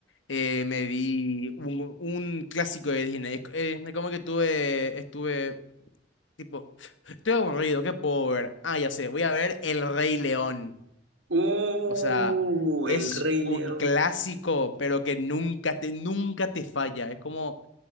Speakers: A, on the left (about 80°); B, on the right (about 75°).
A: eh, me vi un, un clásico de Disney. Eh, es como que tuve, estuve, tipo, estoy aburrido, qué puedo ver Ah, ya sé, voy a ver El Rey León.
B: Uh,
A: O sea, es
B: El Rey
A: un
B: León.
A: clásico, pero que nunca te, nunca te falla. Es como,